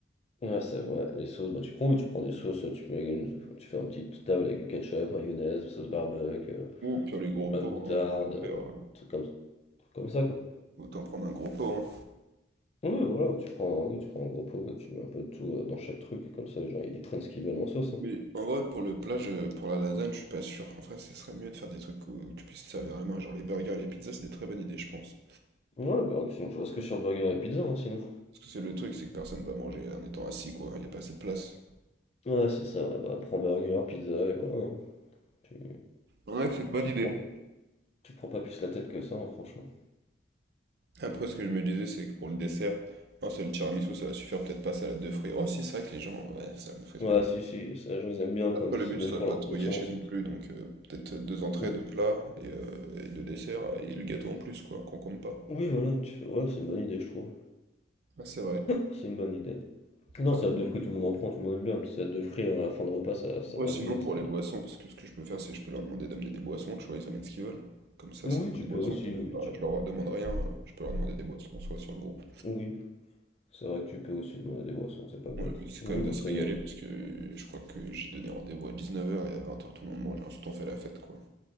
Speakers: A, on the left; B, on the right.
A: Ouais, c'est vrai, les sauces, bah tu prends où? Tu prends des sauces, tu mets une- tu fais une petite table avec du ketchup, mayonnaise, sauce barbecue, euh,
B: Ou pire les gros
A: la
B: pots,
A: moutarde,
B: hein, tant qu'à faire,
A: euh,
B: euh,
A: truc comme, truc comme ça quoi.
B: autant prendre un gros pot, hein.
A: Oui, voilà, tu prends, oui, tu prends un gros pot, tu mets un peu de tout euh, dans chaque truc, et comme ça les gens ils prennent ce qu'ils veulent en sauce. hein.
B: Mais en vrai, pour le plat, je- pour la lasagne, je suis pas sûr. En vrai, ce serait mieux de faire des trucs où tu puisses te servir à la main. Genre les burgers et les pizzas, c'est des très bonnes idées, je pense.
A: Ouais, bah, sinon tu reste que sur burger et pizza, hein, sinon.
B: Parce que c'est le truc, c'est que personne va manger en étant assis, quoi. Il n'y a pas assez de place.
A: Ouais, c'est ça, ouais, bah prends burger, pizza, et voilà. hein. Tu,
B: Ouais, c'est une bonne
A: tu
B: idée.
A: te prends pas, tu te prends pas plus la tête que ça, hein, franchement.
B: Après, ce que je me disais, c'est que pour le dessert, un seul tiramisu, ça va suffire peut-être pas salade de fruits. Oh, si, c'est vrai que les gens, ouais, salade de fruits,
A: Ouais,
B: c'est pas... dit.
A: si, si, ça, les gens ils aiment bien prendre,
B: Après, le
A: c'est
B: but,
A: même
B: ce serait
A: pour
B: de pas
A: leur
B: de trop
A: conscience.
B: gâcher non
A: et puis-
B: plus. Donc, euh, peut-être deux entrées,
A: Ou-
B: deux plats et, euh, et deux desserts et le gâteau en plus, quoi, qu'on compte pas.
A: Oui, voilà, tu fais, ouais, c'est une bonne idée, je trouve.
B: Ah, c'est vrai.
A: C'est une bonne idée. Non,
B: Après,
A: salade
B: pour
A: de fruits, tout le monde en prend, tout le monde aime bien, un petit salade de fruits, hein, à la fin de repas, ça, ça
B: Ouais,
A: passe
B: sinon
A: bien, une
B: pour
A: salade
B: les
A: de
B: boissons, parce que ce que je peux faire, c'est je peux leur demander d'amener des boissons, tu vois, ils amènent ce qu'ils veulent. Comme
A: fruits.
B: ça, ça
A: Oui,
B: fera
A: tu
B: des boissons.
A: peux aussi,
B: Comme
A: oui,
B: ils
A: tu...
B: je leur demande rien, euh, je peux leur demander des boissons, soit sur le groupe.
A: oui. C'est vrai que tu peux aussi demander des boissons, c'est pas bête.
B: Moi, le but, c'est quand
A: Oui,
B: même de
A: comme
B: se
A: ça.
B: régaler,
A: C'est cool.
B: parce que je crois que j'ai donné rendez-vous à 19h et à 20h, tout le monde mange, et ensuite on fait la fête, quoi.